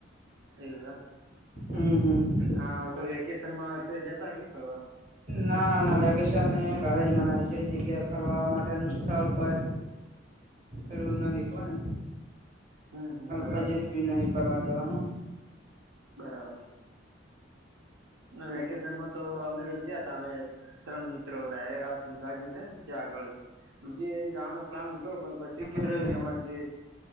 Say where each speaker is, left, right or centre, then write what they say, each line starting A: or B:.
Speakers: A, on the right; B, on the right.
A: એધા
B: હમ હમ
A: હા કોઈ વેકેશનમાં તો જદા નહી ફરવા
B: ના વેકેશન ઘરે જ મનાવ્યું છે જગ્યા ફરવા માટેનું સ્થળ કોઈ એું નહી કોને
A: હમ હમ બરાબર
B: બજેટ ભી નહીિ ફરવા દેવાનું
A: બરાબર વેકેશન માં તો અમે તો થયા હતા અમે ત્રણ મિત્રો ડાય આ સુધાજી છે ને ત્યાં આગળ બીજે જાનો પ્લાન હતો પણ પછી કેવું
B: બરોબર
A: થયું કે અમારે જે